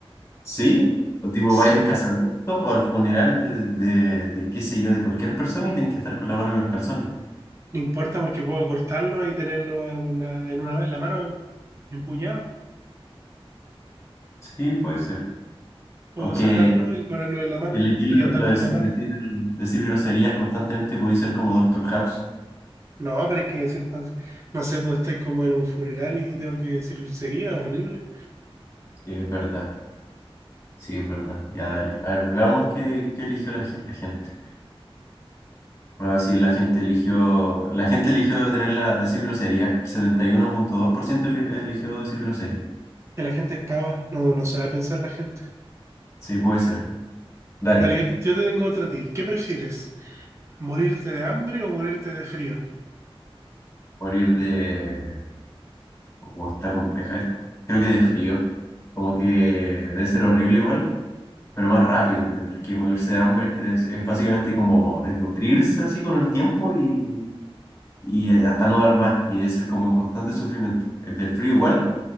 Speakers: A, on the left (about 30°); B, on the right (about 30°).
A: ¿Sí? O tipo,
B: Sí,
A: vaya a un casamiento o al funeral de, de, de qué sé yo, de cualquier persona y tenés que estar con la mano en los calzones.
B: no importa porque puedo cortarlo y tenerlo en una, en una, en la mano, empuñado.
A: Sí, puede ser.
B: Puedo
A: Aunque
B: sacarlo y ponerlo en la mano
A: Y elegir
B: y
A: lo,
B: andar
A: lo
B: con
A: de
B: la mano.
A: decir, decir groserías constantemente puede ser como Doctor House.
B: No, pero es que decir cosas. No sé, pues estoy como en un funeral y tengo que decir grosería, horrible.
A: Sí, es verdad. Sí, es verdad. Ya dale. A ver, veamos qué, qué eligió la, gen- la gente. Bueno, sí, la gente eligió. La gente eligió tener la, decir groserías. El 71.2% eli- eligió decir groserías.
B: Que la gente es pava, no, no sabe pensar la gente.
A: Sí, puede ser. Dale.
B: Dale, yo, yo te tengo otra a ti. ¿Qué prefieres? ¿Morirte de hambre o morirte de frío?
A: Por ir de. Oh, está compleja esta. Creo que de frío. Como que debe ser horrible igual. pero más rápido, mientras que morirse de hambre es, es básicamente como desnutrirse así con el tiempo y, y eh, hasta no dar más, y es como un constante sufrimiento. El del frío igual,